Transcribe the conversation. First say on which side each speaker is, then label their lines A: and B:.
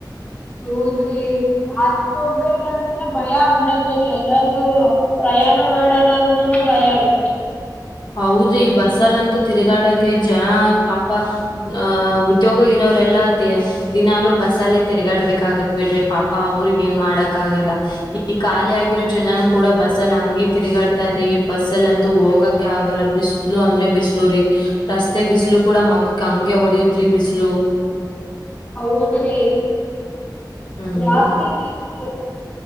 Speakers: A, on the left (about 20°); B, on the left (about 75°).
A: ಹೌದ್ರಿ ಆಸೆ ಹೋಗ್ಬೇಕಂದ್ರನ ಭಯ ಆ ಮಾಡತರಿೀ ಎಲ್ಲಾದೂ ಪ್ರಯಾಣ ಮಾಡೋಣ ಅಂದನು ಭಯಾರಿ
B: ಹೌದ್ರಿ ಈ ಬಸ್ಲ್ಲಂತೂ ತಿರುಗಾಡಕ ಜನ ಪಾಪ ಅಹ ಉದ್ಯೋಗ ಇರೋರೆಲ್ಲಾ ದ ದಿನಾಲೂ ಬಸ್ಸಲ್ಲೇ ತಿರುಗಾಡ್ಬೇಕಗತ್ ಬಿಡ್ರಿ ಪಾಪ ಅವ್ರಗ ಏನ್ ಮಾಡಕ್ ಆಗಲ್ಲ ಈ ಖಾಲಿ ಆಗಿರೋ ಜನನುೂ ಕೂಡ ಬಸ್ಸಲ್ ಹಂಗಿ ತಿರ್ಗಾಡ್ತಾರಿ ಬಸ್ಸ ಅಲ್ಲಂತೂ ಹೋಗಕ್ ಆಗಲ್ಲ ಬಿಸಲು ಅಂದ್ರೆ ಬಿಸ್ಲುೂ ರೀ ರಸ್ತೆ ಬಿಸಿಲು ಕೂಡ ಮಕ್ಕಕ್ಕ ಹಂಗೆ ಹೊಡಿಯತ್ರಿ ಬಿಸಲು
A: ಹೌದ್ರಿ
B: ಹ್ಮ್
A: ಜಾಸ್ತಿ ಬೀಿಸಲು